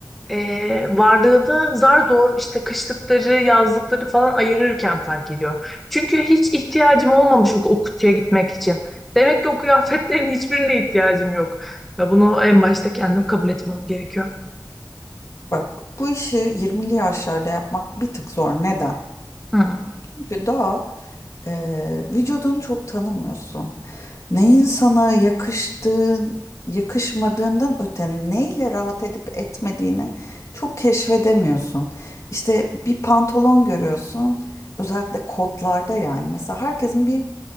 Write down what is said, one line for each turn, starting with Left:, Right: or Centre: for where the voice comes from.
Centre: e, varlığını zar zor işte kışlıkları, yazlıkları falan ayırırken fark ediyorum. Çünkü hiç ihtiyacım olmamış o, o kutuya gitmek için. Demek ki o kıyafetlerin <laughs> hiçbirine ihtiyacım yok. Ve bunu en başta kendim kabul etmem gerekiyor.
Left: Bak bu işi 20'li yaşlarda yapmak bir tık zor neden?
Centre: Hı.
Left: Çünkü daha e, vücudunu çok tanımıyorsun. Neyin sana yakıştığın, yakışmadığından öte neyle rahat edip etmediğini çok keşfedemiyorsun. İşte bir pantolon görüyorsun, özellikle kotlarda yani. Mesela herkesin bir